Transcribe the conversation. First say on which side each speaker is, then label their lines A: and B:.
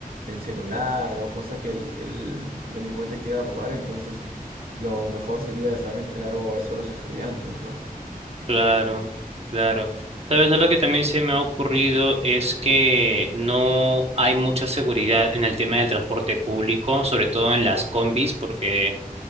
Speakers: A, on the right (about 80°); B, on the right (about 40°).
A: el celular o cosa que el, el delincuente quiera robar, entonces lo mejor sería dejar en claro eso a los estudiantes, ¿no?
B: Claro, claro. Sabes, lo que también se me ha ocurrido es que no hay mucha seguridad en el tema del transporte público, sobre todo en las combis, porque